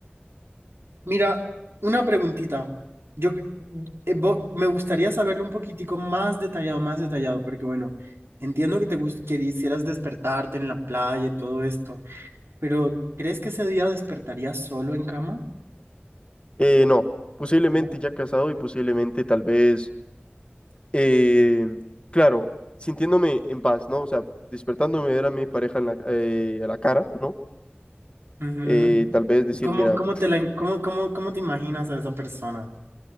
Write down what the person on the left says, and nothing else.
Eh, no, posiblemente
ya casado y posiblemente tal vez, eh, claro, sintiéndome en paz, ¿no? O sea, despertándome ver a mi pareja en la, eh, a la cara, ¿no?
Eh, tal vez decir,
mira,